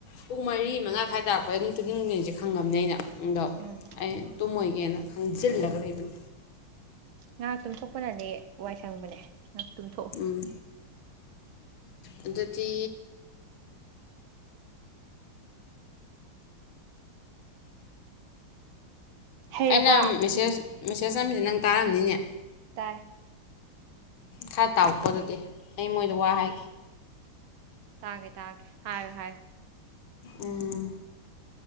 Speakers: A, on the left (about 75°); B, on the right (about 75°).
A: ꯄꯨꯡ ꯃꯔꯤ ꯃꯉꯥ ꯁ꯭ꯋꯥꯏ ꯇꯥꯔꯛꯄꯗ ꯑꯗꯨꯝ ꯇꯨꯞꯅꯤꯡꯕꯅꯤꯁꯦ ꯈꯪꯉꯕꯅꯦ ꯑꯩꯅ ꯑꯗꯣ
B: ꯎꯝ
A: ꯑꯩ ꯇꯨꯝꯃꯣꯏꯒꯦꯅ ꯈꯪꯖꯩ ꯤꯜ ꯂꯒꯗꯕ
B: ꯉꯥꯏꯍꯥꯛꯇꯨꯝ ꯊꯣꯛꯣꯛꯄꯅꯗꯤ ꯋꯥꯏ ꯁꯪꯕꯅꯦ ꯇꯨꯝꯊꯣꯛꯑꯣ
A: ꯎꯝ ꯑꯗꯨꯗꯤ
B: ꯍꯩꯔꯕꯣ
A: ꯑꯩꯅ ꯃꯦꯁꯦꯁ ꯃꯦꯁꯦꯖ ꯑꯃꯅꯤꯁꯦ ꯅꯪ ꯇꯥꯔꯝꯅꯤꯅꯦ
B: ꯇꯏ
A: ꯈꯔ ꯇꯥꯔꯛꯄꯗꯗꯤ ꯑꯩ ꯃꯣꯏꯗ ꯋꯥ ꯍꯥꯏꯈꯤ
B: ꯇꯥꯒꯦ ꯇꯥꯒꯦ ꯍꯥꯏꯌꯣ ꯍꯥꯏꯌꯣ
A: ꯎꯝ